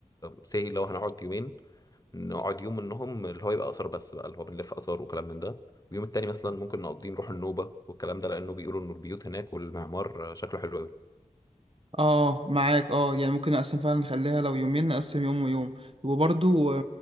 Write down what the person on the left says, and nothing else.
سي لو هنقعد يومين نقعد يوم منهم اللي هو يبقى اثار بس بقى اللي هو بنلف اثار وكلام من ده ويوم التاني مثلا ممكن نقضيه نروح النوبه والكلام ده لانه بيقولوا ان البيوت هناك والمعمار شكله حلو قوي